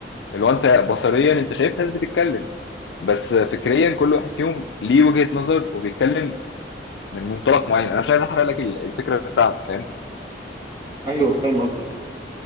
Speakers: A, on the left (about 80°); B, on the right (about 25°).
A: اللي هو انت بصريا انت شايف ناس بتتكلم بس فكريا كل واحد فيهم ليه وجهه نظر وبيتكلم من منطلق معين انا مش عايز احرق لك ال- الفكره بتاعته فاهم؟
B: ايوه فاهم قصدك